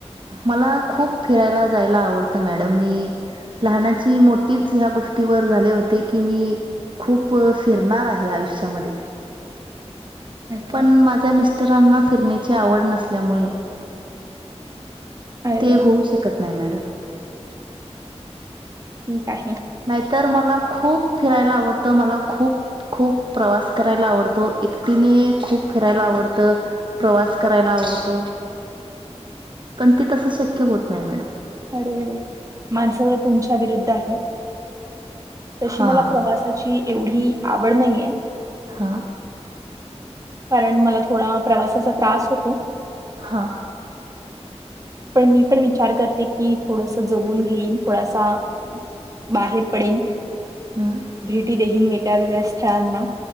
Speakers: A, on the right; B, on the right.
A: मला खूप फिरायला जायला आवडतं मॅडम. मी लहानाची मोठीच ह्या गोष्टीवर झाले होते, की मी खूप फिरणार आहे आयुष्यामध्ये.
B: अच्छा.
A: पण माझ्या मिस्टरांना फिरण्याची आवड नसल्यामुळे
B: अरे
A: ते
B: अरे
A: होऊ शकत नाही, मॅडम.
B: ठीक आहे.
A: नाहीतर मला खूप फिरायला आवडतं, मला खूप खूप प्रवास करायला आवडतो, एकटीने खूप फिरायला आवडत, प्रवास करायला आवडत, पण त तस शक्य होत नाही मॅडम.
B: अरे, अरे, माझ तुमच्या विरुद्ध आहे. तशी
A: हा
B: मला प्रवासाची- एवढी आवड नाहीे.
A: हा.
B: कारण मला थोडा प्रवासाचा त्रास होतो.
A: हा.
B: प मी पण विचार करते की, थोडस जगून घेईन, थोडासा बाहेर पडेन.
A: हम्म
B: भेटी देहीन वे- वेगळ्या वेगळ्या स्थळांना